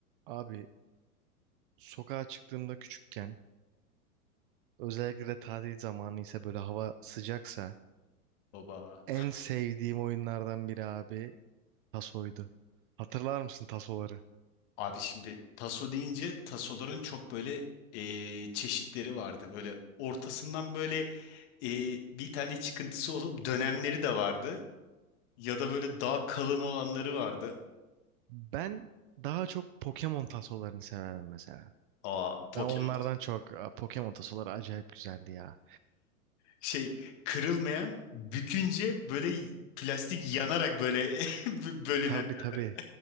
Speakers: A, on the right; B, on the left.
A: Abi sokağa çıktığımda küçükken özellikle de tatil zamanı ise böyle hava sıcaksa
B: Baba.
A: en sevdiğim oyunlardan biri abi tasoydu. Hatırlar mısın tasoları?
B: Abi şimdi taso deyince tasoların çok böyle e, çeşitleri vardı. Böyle ortasından böyle e, bir tane çıkıntısı olup dönenleri de vardı. Ya da böyle daha kalın olanları vardı.
A: Ben daha çok Pokemon tasolarını severdim mesela.
B: Aa Pokemon.
A: Ben onlardan çok Aa, Pokemon tasoları acayip güzeldi ya.
B: Şey kırılmayan bükünce böyle plastik yanarak böyle <laughs> bölünenlerden.
A: Tabii tabii